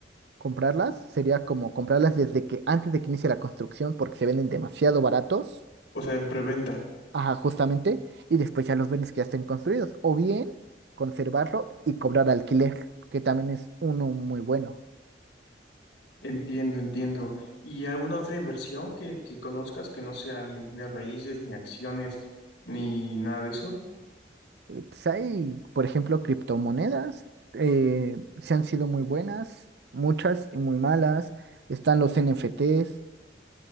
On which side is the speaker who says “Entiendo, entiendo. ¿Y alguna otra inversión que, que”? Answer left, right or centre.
Left